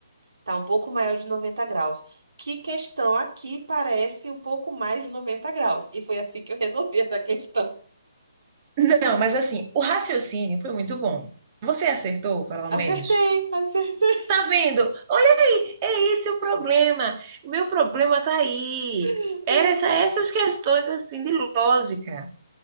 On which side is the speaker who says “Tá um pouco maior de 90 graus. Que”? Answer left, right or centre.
Right